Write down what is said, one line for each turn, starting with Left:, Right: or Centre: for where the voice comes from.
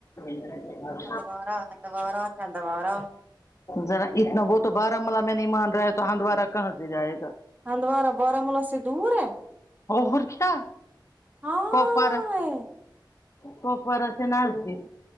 Left: <inaudible>
Right: <unintelligible> ہدوار آ چندوار آ
Left: ذرا اتنا وہ تو بارامولہ میں نہیں مان رہا ہے تو ہندوارہ کہاں سے جائے گا
Right: ہندوارہ باراملہ سے دور ہے
Left: اور کیا
Right: ہاں
Left: کپارا کوپورا سے نزدیک